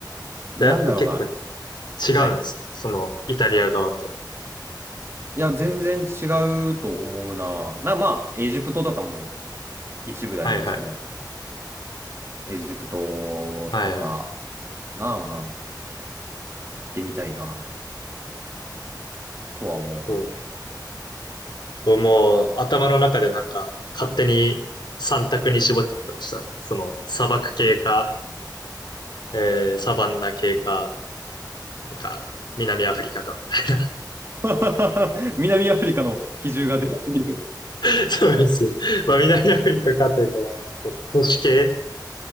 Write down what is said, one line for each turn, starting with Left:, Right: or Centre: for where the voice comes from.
Right: なんだろうな。
Left: で、やっぱ結構違
Right: はい。
Left: うんですね。そのイタリア側とは。
Right: いや、全然違うと思うな。な、まあ、エジプトとかも一部だよね、
Left: はいはい。
Right: その。エジプトとか、
Left: はいはい。
Right: なあ、行ってみたいな、とは思うな。
Left: そう。もう頭の中でなんか勝手に三択に絞っちゃってました。その砂漠系かえーサバンナ系か、なんか、南アフリカかみたいな。
Right: <laughs> 南アフリカの比重が出てくる。
Left: <laughs> そうですねまあ、南アフリカかというか、まあ、なんかその、都市系、